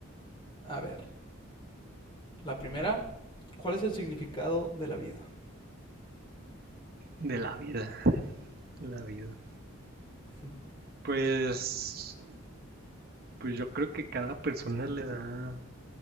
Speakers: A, on the left; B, on the right.
A: A ver, la primera, ¿cuál es el significado de la vida?
B: de la vida, la vida.
A: <laughs>
B: Pues, pues yo creo que cada persona le da